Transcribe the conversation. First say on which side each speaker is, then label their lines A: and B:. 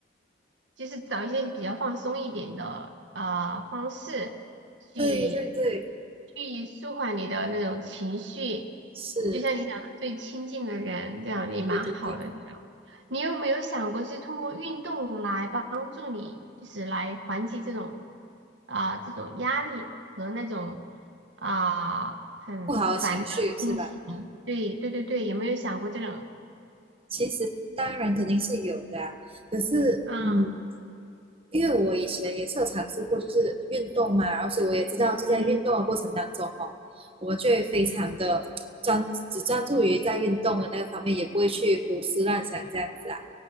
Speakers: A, on the right; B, on the right.
A: 就是找一些比较放松一点的啊方式去
B: 对对对，
A: 去舒缓你的那种情绪，
B: 是，
A: 就像你讲的最亲近的人，这样也蛮好的这种。
B: 对对对，
A: 你有没有想过，就是通过运动来帮助你，就是来缓解这种啊、这种压力和那种啊、很烦躁的心情？
B: 不好的情绪是吧？
A: 对对对对，有没有想过这种？
B: 其实当然肯定是有的啊可是嗯，
A: 嗯。
B: 因为我以前也是有尝试过，就是运动嘛，然后所以我也知道，就在运动的过程当中哈哦，
A: 嗯，
B: 我们就会非常的专，只专注于在运动的那个方面，也不会去胡思乱想这样子啊。